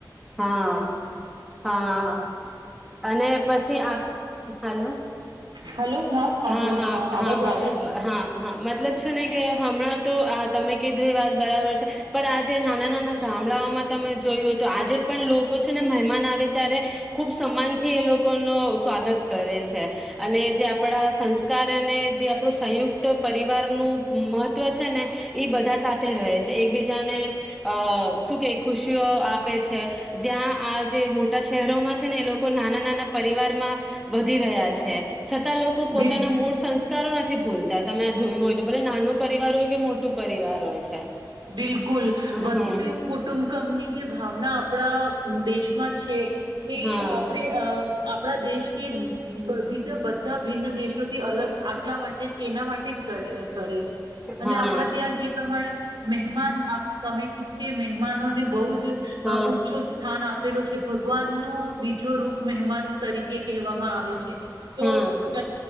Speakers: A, in the centre; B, on the right.
A: હા હા. અને પછી આપ હાલો.
B: હલો હા સાંભળું
A: હા-હા-હા-હા-અ-હા-હા
B: હા અવાજ આવે છે.
A: મતલબ છે ને કે હમણાં તો આ તમે કીધું એ વાત બરાબર છે પણ આજે નાના-નાના ગામડાઓમાં તમે જોયું હોઇતો આજે પણ લોકો છે ને મહેમાન આવે ત્યારે ખુબ સમ્માનથી એ લોકોનો સ્વાગત કરે છે અને જે આપણા સંસ્કાર અને જે આપણું સંયુક્ત પરિવારનું મહત્વ છે ને એ બધા સાથે રહે છે એકબીજાને અ-શું-કે-અ ખુશીઓ આપે છે જ્યાં આ જે મોટા શેહેરોમાં ને એ લોકો નાના નાના પરિવાર માં વધી રહ્યા છે. છતાં લોકો પોતાના
B: બિલકુલ
A: મૂળ સંસ્કાર કારો નથી ભૂલતા તમે આ જોયું હોય તો ભલે નાનું પરિવાર હોય કે મોટું પરિવાર હોય છે.
B: બિલકુલ વસુદેવ
A: હમ
B: કુટુંબકમની જે ભાવના આપ આપડા દેશમાં છે એ
A: હા
B: આપડે અ આપણા દેશને બીજા બધા ભિન્ન દેશોથી અલગ આટલા માટે જ એના માટે જ કરે કરે છે. અને
A: હા
B: આપડા ત્યાં જે પ્રમાણે મહેમાન આપ તમે કીધું કે મહેમાનોને બહુ જ અ
A: હા
B: ઊંચું સ્થાન આપ આપેલો છે ભગવાન નો બીજો રૂપ મહેમાન તરીકે કહેવામાં આવે છે. તો
A: હા
B: ક